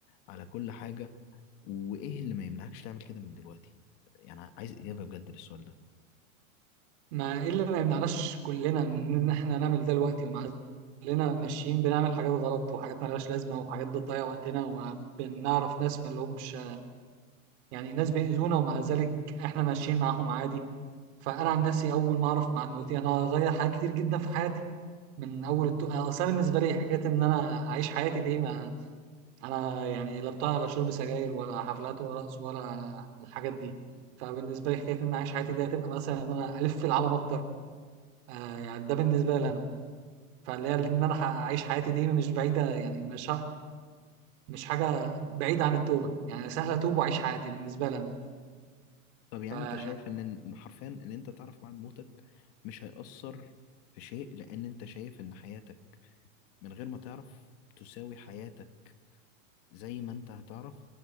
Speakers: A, on the left; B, on the right.
A: على كل حاجة وإيه اللي ما يمنعكش تعمل كده من دلوقتي؟ يعني عايز إجابة بجد للسؤال ده
B: ما ايه اللي ما يمنعناش كلنا من ان احنا نعمل ده دلوقتي ومع كلنا ماشيين بنعمل حاجات غلط وحاجات مالهاش لازمه وحاجات بتضيع وقتنا وما بنعرف ناس ما لهمش يعني ناس بيأذونا ومع ذلك احنا ماشيين معاهم عادي فانا عن نفسي اول ما اعرف معنوياتي انا هغير حاجات كتير جدا في حياتي من اول التو... اصلا بالنسبه لي حكايه ان انا اعيش حياتي دي ما انا يعني لا بتاع ولا شرب سجاير ولا حفلات ولا رقص ولا الحاجات دي فبالنسبه لي حكايه ان انا اعيش حياتي دي هتبقى مثلا ان انا الف في العالم اكتر آه يعني ده بالنسبه لي انا فاللي هي ان انا اعيش حياتي دي مش بعيده يعني مش مش حاجه بعيده عن التوبه يعني سهله اتوب واعيش حياتي بالنسبه لي انا
A: طب يعني
B: فيعني
A: أنت شايف إن إن حرفيا إن أنت تعرف بعد موتك مش هيأثر في شيء لأن أنت شايف إن حياتك من غير ما تعرف تساوي حياتك زي ما انت هتعرف